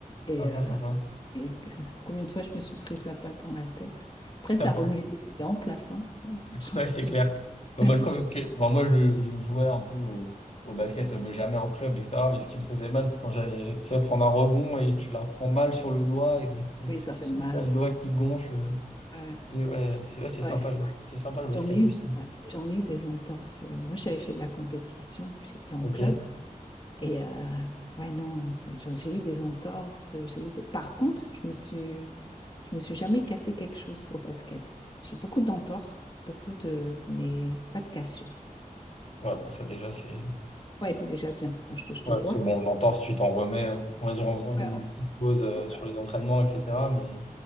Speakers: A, on the left; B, on the left.
A: Et,
B: Sympa,
A: euh,
B: sympa.
A: et que- combien de fois je me suis prise la balle dans la tête. Après,
B: <laughs>
A: ça remuait les dents en place, hein, euh, franchement.
B: Ouais, c'est
A: Mais
B: clair. Bon,
A: <laughs>
B: moi, je trouve que, bon, moi, je, je jouais un peu au, au basket, euh, jamais en club, etc. Mais ce qui me faisait mal, c'est quand j'allais, tu sais, prendre un rebond et tu la prends mal sur le doigt et donc, <laughs>
A: oui, ça fait mal,
B: t'as le
A: ça.
B: doigt qui gonfle.
A: Ouais.
B: Mais ouais, c'est là, c'est sympa
A: Ouais.
B: le, c'est sympa le basket
A: J'en ai eu,
B: aussi.
A: ouais. J'en ai eu des entorses. Moi, j'avais fait de la compétition. J'étais en
B: Ok.
A: club. Et euh, ouais, non, c'est- j'ai j'ai eu des entorses, j'ai eu des... Par contre, je me suis, je me suis jamais cassé quelque chose au basket. J'ai beaucoup d'entorses, beaucoup de... mais pas de cassure.
B: Ouais, bon, ça déjà, c'est.
A: Ouais, c'est déjà bien. Bon, je touche
B: Ouais,
A: du bois.
B: c'est bon, l'entorse, tu t'en remets, euh, on va dire en faisant
A: Ouais,
B: une
A: en-
B: petite pause euh,
A: ouais,
B: sur les entraînements, etc. Mais